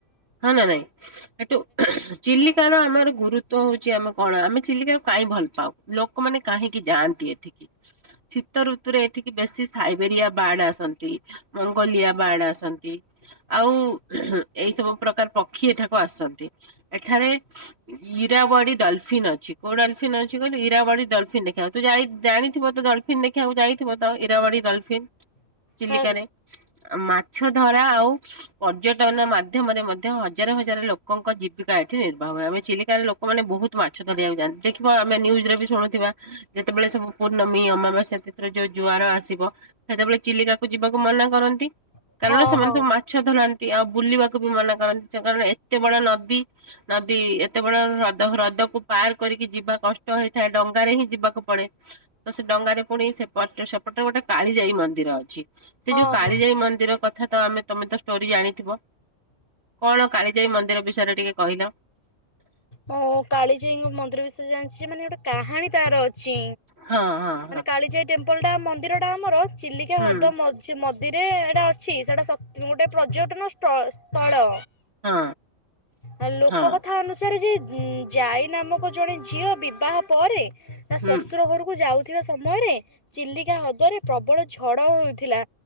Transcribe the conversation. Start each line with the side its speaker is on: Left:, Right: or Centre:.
Right: ହଁ ନା ନାଇଁ ଏଠୁ ଚିଲିକାର ଆମର ଗୁରୁତ୍ୱ ହଉଛି ଆମ କଣ ଆମେ ଚିଲିକାକୁ କାହିଁ ଭଲ ପାଉ ଲୋକମାନେ କାହିଁକି ଯାଆନ୍ତି ଏଠିକି? ଶୀତ ଋତୁରେ ଏଠିକି ବେଶୀ ସାଇବେରିଆ ବାର୍ଡ ଆସନ୍ତି। ମଙ୍ଗୋଲିଆ ବାର୍ଡ ଆସନ୍ତି। ଆଉ ଏଇ ସବୁ ପ୍ରକାର ପକ୍ଷୀ ଏଠାକୁ ଆସନ୍ତି ଏଠାରେ। ଇ-ଇରାବାଡି ଡଲଫିନ୍ ଅଛି କୋଉ ଡଲଫିନ୍ ଅଛି କହିଲୁ ଇରାବାଡି ଡଲଫନ୍ ଦେଖିବାକୁ ତୁ ଯାଇ ଜାଣିଥିବ ତ ଡଲଫିନ ଦେଖିବାକୁ ଯାଇଥିବ ତ ଇରାବାଡି ଡଲଫିନ୍ ଚିଲିକାରେ।
Left: ହଁ
Right: ଆ ମାଛ ଧରା ଆଉ ପର୍ଯ୍ୟଟନ ମାଧ୍ୟମରେ ମଧ୍ୟ ହଜାର ହଜାର ଲୋକଙ୍କ ଜୀବିକା ଏଠି ନିର୍ବାହ ହୁଏ ଆମେ ଚିଲିକାରେ ଲୋକମାନେ ବହୁତ ମାଛ ଧରିବାକୁ ଜାଆ ଦେଖିବ ଆମେ ନ୍ୟୁଜ ରେ ବି ଶୁଣୁଥିବା ଯେତେବେଳେ ସବୁ ପୂର୍ଣ୍ଣମୀ ଅମାବାସ୍ୟା ତିଥିରେ ଯୋଉ ଜୁଆର ଆସିବ। ସେତେବେଳେ ଚିଲିକାକୁ ଯିବାକୁ ମନା କରନ୍ତି
Left: ହଁ
Right: କାରଣ ସେମାନେ
Left: ହଁ
Right: ସବୁ ମାଛ ଧରା ତି ଆଉ ବୁଲିବାକୁ ବି ମନା କରନ୍ତି କାରଣ ଏତେ ବଡ ନଦୀ ନଦୀ ଏ ଯେତେବେଳେ ହ୍ରଦ ହ୍ରଦକୁ ପାର କରିକି ଯିବା କଷ୍ଟ ହେଇଥାଏ ଡଙ୍ଗାରେ ହିଁ ଯିବାକୁ ପଡେ ତ ସେ ଡ ଡଙ୍ଗାରେ ପୁଣି ସେପଟେ ସେପଟେ ଗୋଟେ କାଳିଜାଇ ମନ୍ଦିର ଅଛି ସେ ଯୋଉ
Left: ହଁ
Right: କାଳିଜାଇ
Left: ହଁ
Right: ମନ୍ଦିର କଥା ତ ଆମେ ତମେ ତ ଷ୍ଟୋରି ଜାଣିଥିବ। କଣ କାଳିଜାଇ ମନ୍ଦିର ବିଷୟରେ ଟିକେ କହିଲ?
Left: ମୁଁ କାଳିଜାଇଙ୍କ ମନ୍ଦିର ବିଷୟରେ ଜାଣିଛି ମାନେ ଗୋଟେ କାହାଣୀ ତାର ଅ- ଚି
Right: ହଁ ହଁ
Left: ମାନେ
Right: ହଁ
Left: କାଳିଜାଇ ଟେମ୍ପଲ ଟା ମନ୍ଦିର ଟା ଆମର ଚିଲିକା
Right: ହୁଁ
Left: ହ୍ରଦ ମଝି ମ ନଦୀରେ ଏଇଟା ଅଛି ସେଟା ଶକ୍ତି ଗୋଟେ ପର୍ଯ୍ୟଟନ ସ୍ଥ ସ୍ଥଳ।
Right: ହଁ।
Left: ଆ ଲୋକ
Right: ହଁ
Left: କଥା ଅନୁସାରେ ଯେ ଉଁ ଯାଇ ନାମକ ଜଣେ ଝିଅ ବିବାହ ପରେ। ତା
Right: ହୁଁ
Left: ଶ୍ୱଶୁର ଘରକୁ ଯାଉଥିବା ସମୟରେ ଚିଲିକା ହ୍ରଦରେ ପ୍ରବଳ ଝଡ ହେଉଥିଲା।